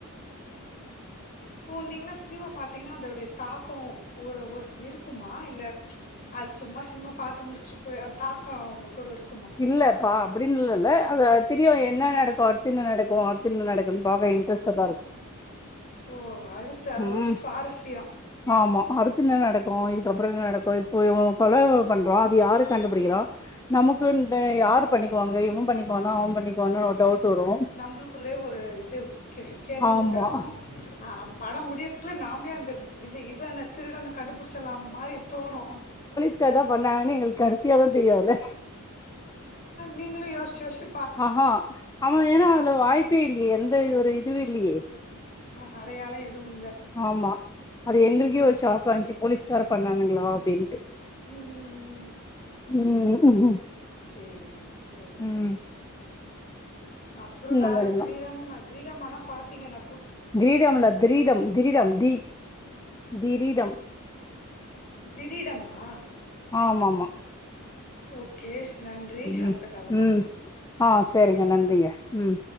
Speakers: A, on the left; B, on the left.
A: ஓ நீங்களா சினிமா பாத்தீங்கன்னா அதோடைய தாக்கம் ஒர் ஒரு இருக்குமா இல்ல அது சும்மா சினிமா பாத்து முடிச்சுட்டு போய் தாக்கோ அவங்க கூட இருக்
B: இல்ல ப்பா அப்டின்ல இல்ல அது தெரியு என்ன நடக்கு அடுத்து என்ன நடக்கு அடுத்து என்ன நடக்குனு பாக்க இன்ட்ரெஸ்ட்டாதா இருக்கு
A: ஓ அடுத்து அது
B: ம்
A: ஒரு சுவாரசியோ
B: ஆமா அடுத்து என்ன நடக்கு இதுக்கப்றோ என்ன நடக்கு இப்போ இவங்க கொல பண்றோ அது யாரு கண்டுபிடிக்கிறா நமக்குன் ட யார் பண்ணிக்குவாங்க இவே பண்ணிக்குவானா அவே பண்ணிக்குவானா ஒரு டவுட் வரு
A: நம்புளுக்குள்ளே ஒரு இது கே கேள்வி
B: ஆமா
A: உண்டாக்குஅ படம் முடியத்து ட்ல நாம்லே அந்த வித் வில்ல இவன திருடன கண்டுபுடிச்சிர்லாமாரி தோணு
B: அக்காதா பண்ணாங்கன்னு எங்குளுக்கு கடைசியாதா தெரியு அதுல
A: நீங்களு யோச்சுயோச்சு
B: ஆ ஹா அவ ஏனா அதுல வாய்ப்பே இல்லயே எந்த ஒரு இதுவு இல்லயே
A: அ அடையாலோ எதுவு இல்ல
B: ஆமா அது எங்களுக்கே ஒரு ஷாக் வந்துச்சு போலீஸ்காரன் பண்ணானுங்ளா அப்டின்ட்டு
A: ம் ம்
B: ம்
A: சேரி சேரி
B: ம்
A: சேரி அப்றோ
B: இந்த
A: வேற
B: மாரிலா
A: கிரீடம் கிரீடம் ஆனா பாத்தீங்கன
B: ‌கிரீடம் இல்ல திரீடம் திரீடம் தி திரீடம்
A: கிரீடமா
B: ஆமா ஆமா
A: ஓகே நன்றி அடுத்த
B: ம்
A: கால்ல
B: ம்
A: பாக்கலா
B: ஆ சேரிங்க நன்றிங்க ம்